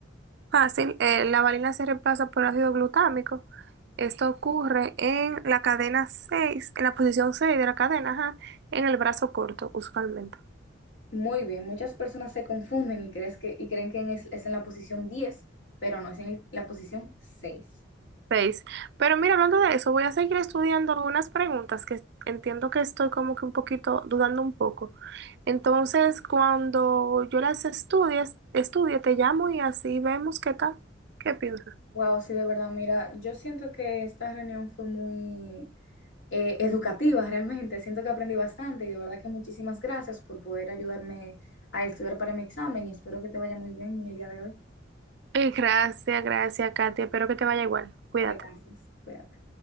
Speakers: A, on the right (about 60°); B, on the left (about 65°).
A: Fácil, eh, la valina se reemplaza por ácido glutámico. Esto ocurre en la cadena 6, en la posición 6 de la cadena, ajá, en el brazo corto, usualmente.
B: Muy bien, muchas personas se confunden y, crees que, y creen que es, es en la posición diez pero no, es en la posición seis
A: Seis. Pero mira, hablando de eso, voy a seguir estudiando algunas preguntas que entiendo que estoy como que un poquito dudando un poco. Entonces, cuando yo las estudies, estudie, te llamo y así vemos qué tal. ¿Qué piensas?
B: Wow, sí, de verdad, mira, yo siento que esta reunión fue muy eh, educativa realmente, siento que aprendí bastante y de verdad que muchísimas gracias por poder ayudarme a estudiar para mi examen y espero que te vaya muy bien en el día de hoy.
A: Eh, Gracias, gracias, Katia. Espero que te vaya igual. Cuídate.
B: Gracias, cuídate.